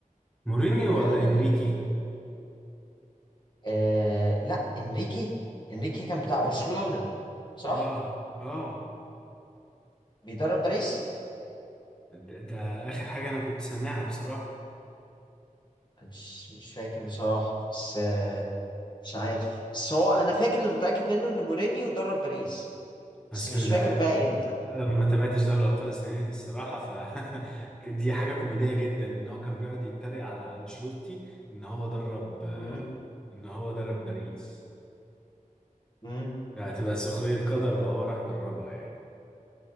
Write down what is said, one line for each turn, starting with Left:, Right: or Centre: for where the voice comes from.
Centre: مورينيو
Left: يعني
Centre: ولا إنريكي
Left: آه لا انريكي انريكي كان بتاع برشلونه صح
Centre: آه آه
Left: بيدرب باريس
Centre: ده, ده آخر حاجة أنا كنت سامعها بصراحة
Left: أنا مش مش فاكر بصراحه بس آه مش عارف بس هو انا فاكر اللي متاكد منه ان مورينيو درب باريس
Centre: أصل
Left: بس مش
Centre: ده
Left: فاكر بقى امتى
Centre: أنا ما تابعتش دوري الأبطال السنة دي الصراحة ف <laughs> دي حاجة كوميدية جدا لأن هو كان بيقعد يتريق على أنشيلوتي إن هو درب آه،
Left: مم.
Centre: إن هو درب باريس
Left: مم.
Centre: فهتبقى سخرية قدر لو هو راح دربها يعني